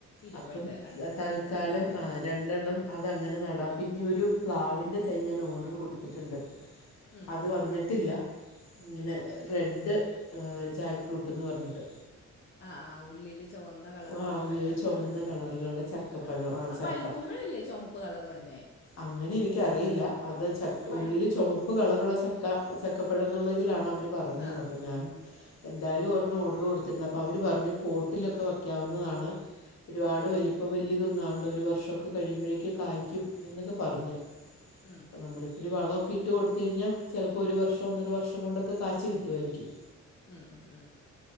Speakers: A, on the left (about 40°); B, on the left (about 60°).
A: ഇരിപ്പുണ്ട്
B: അപ്പം
A: അതിനകത്തേക്ക്
B: തൽക്കാലം
A: ഫില്ല് ചെയ്യാൻ
B: ആഹ് രണ്ടെണ്ണം അതങ്ങനെ നടാം പിന്നെ ഒരു പ്ലാവിൻ്റെ തൈ ഞാൻ ഓർഡർ കൊടുത്തിട്ടുണ്ട്
A: ഉം
B: അത് വന്നിട്ടില്ല ഇങ്ങനെ റെഡ് ജാക്ക് ഫ്രൂട്ട്ന്ന് പറഞ്ഞിട്ട്
A: ആ ആ ഉള്ളില് ചുവന്ന കളറിലുള്ള
B: ആ ഉള്ളിൽ
A: ചക്കചൊളയു
B: ചുവന്ന
A: ള്ളേ
B: കളറിലുള്ള ചക്കപ്പഴം
A: ആഹ്
B: ആ
A: അത്
B: ചക്ക
A: പഴുക്കുമ്പോഴല്ലേ ചുവപ്പ് കളറ് വരുന്നേ
B: അങ്ങനെ എനിക്കറിയില്ല അത് ചക്ക
A: പഴു
B: ഉള്ളില് ചുമപ്പ് ചുമപ്പ് കളറുള്ള ചക്ക ചക്കപ്പഴം എന്നുള്ളതിലാണ് അവർ പറഞ്ഞത്
A: ആ
B: അപ്പോൾ ഞാൻ എന്തായാലും ഒരണ്ണം ഓർഡറ് കൊടുത്തിട്ടുണ്ട് അപ്പോൾ അവര് പറഞ്ഞു പോട്ടിലൊക്കെ വയ്ക്കാവുന്നതാണ് ഒരുപാട്
A: ഉം,
B: വലിപ്പ ഇപ്പോൾ വലിയതൊന്നും ആവണ്ട ഒരു വർഷോക്കെ കഴിയുമ്പോഴേക്കും കായ്ക്കും എന്നൊക്കെ പറഞ്ഞു
A: ആഹ്
B: നമ്മള് ഇത്തിരി വളമൊക്കെ ഇട്ട് കൊടുത്ത് കഴിഞ്ഞാ ചിലപ്പോ ഒരു വർഷം ഒന്നര വർഷം കൊണ്ടൊക്കെ കായ്ച്ചു കിട്ടുവാ യിരിക്കും
A: ഉം ഉം ഉം